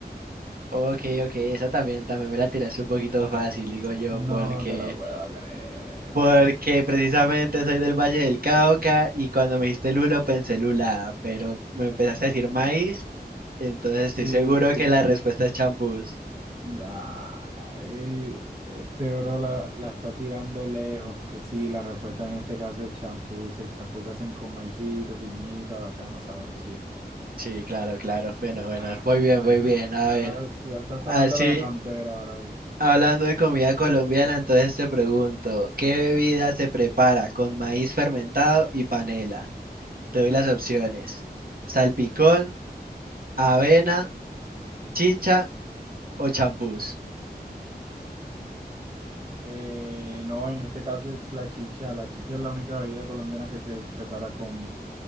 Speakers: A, on the right (about 60°); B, on the right (about 35°).
A: Ok, ok, esa también, también me la tiraste un poquito fácil, digo yo,
B: No
A: porque
B: te la puedo creer.
A: Porque precisamente soy del Valle del Cauca y cuando me dijiste lulo pensé lula, pero me empezaste a decir maíz, entonces
B: Sí,
A: estoy seguro
B: sí,
A: que la
B: sí.
A: respuesta
B: sí.
A: es champús.
B: Ah, eh, este bro la, la está tirando lejos. Cl- Sí, la respuesta en este caso es champús, el champú que hacen con maicito, piñita, bacano, sabrosito.
A: Sí, claro, claro. Bueno, bueno,
B: Ah,
A: muy bien,
B: bueno,
A: muy bien. A
B: vas,
A: ver,
B: ya estás tomando
A: así
B: la delantera, bro.
A: hablando de comida colombiana, entonces te pregunto, ¿qué bebida se prepara con maíz fermentado y panela? Te doy las opciones. Salpicón, avena, chicha o champús.
B: Eh, no, en este caso es la chicha. La chicha es la única bebida colombiana que se prepara con